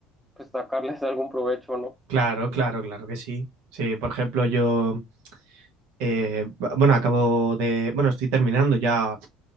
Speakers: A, in the centre; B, on the right.
A: pues sacarles algún provecho, ¿no?
B: Claro, claro, claro que sí. Sí, por ejemplo, yo, eh, bueno, acabo de, bueno, estoy terminando ya